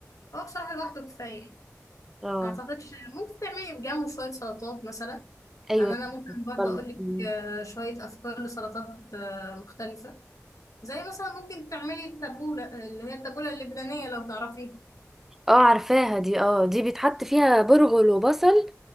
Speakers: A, on the left; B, in the centre.
A: هو بصراحة لوحده كفاية
B: اه
A: ما اعتقدش ممكن تعملي جنبه شويه سلطات مثلا
B: ايوه
A: يعني انا ممكن
B: اتفضلي.
A: برضه اقول لك آه، شويه افكار لسلطات آه، مختلفه زي مثلا ممكن تعملي التبوله اللي هي التبوله اللبنانيه لو تعرفيها
B: اه عارفاها دي اه دي بيتحط فيها برغل وبصل